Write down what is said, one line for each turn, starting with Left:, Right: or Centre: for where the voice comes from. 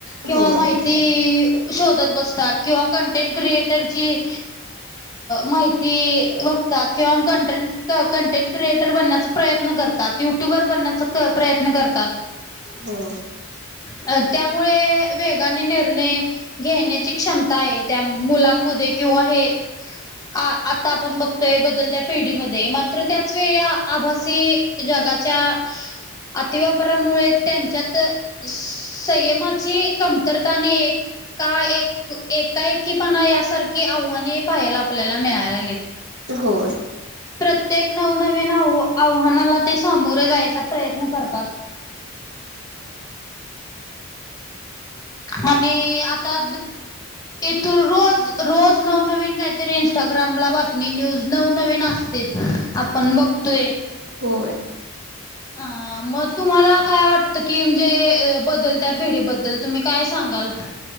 Left: किंवा
Right: होय
Left: माहिती शोधत बसतात, किंवा कंटेंट क्रिएट क्रिएटरची माहिती बघतात. किंवा कंटेंट क्रिएट. कंटेंट क्रिएटर बनण्याचा प्रयत्न करतात, युट्युबर बनण्याचा प्रयत्न करतात.
Right: हो.
Left: अ त्यामुळे वेगाने निर्णय घेण्याची क्षमता आहे, त्या मुलां मध्ये किंवा हे आता आपण बघतोय, बदलत्या पिढीमध्ये मात्र त्याच वेळी आभासी जगाच्या अतिवापरामुळे त्यांच्यात संयमाची कमतरताने एक का एक एकाएकीपणा यासारखी आव्हाने पाहायला आपल्याला मिळालेलेत.
Right: हो.
Left: प्रत्येक नवनवीन आव आव्हानाला ते सामोरे जायचा प्रयत्न करतात. आणि आता इथून रोज रोज नवनवीन काहीतरी इंस्टाग्राम ला बातमी न्यूज नवनवीन अस तेच आपण बघतोय.
Right: हो.
Left: ह. मग तुम्हाला काय वाटतं की म्हणजे बदलत भिढीबद्दल तुम्ही काय सांगाल